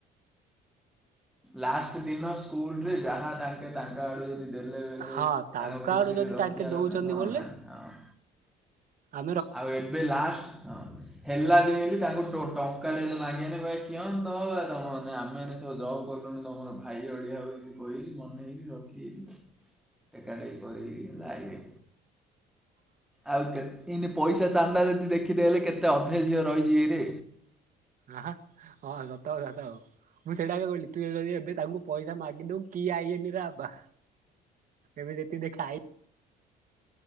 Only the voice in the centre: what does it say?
ଲାଷ୍ଟ ଦିନ ସ୍କୁଲରେ ଯାହା ତାଙ୍କେ ତାଙ୍କ ଆଡୁ ଯଦି ଦେଲେ ବେଲେ
ଖୁସିରେ
ରଖିବା
କଥା ନହେଲେ
ନାହିଁ ହଁ
ଆଉ ଏବେ ଲାଷ୍ଟ ହଁ ହେଲା ଦିନ ତାଙ୍କୁ ଟୋ ଟଙ୍କା ଟେ ବି ମାଗେନି ଭାଇ କିଅଣ ତ ତମେମାନେ ଆମେମାନେ ସବୁ ଜବ୍ କଲୁନୁ ତମର ଭାଇ ଅଳିଆ ହୋଇକି କହିକି ମନେଇକି ରଖିକି ଟେକା ଟେକି କରିକି ଲାଇବେ। ଆଉ ଯେ ଏଇନେ ପଇସା ଚାନ୍ଦା ଯଦି ଦେଖିଦେଲେ କେତେ ଅଧେ ଝିଅ ରହିଯିବେରେ।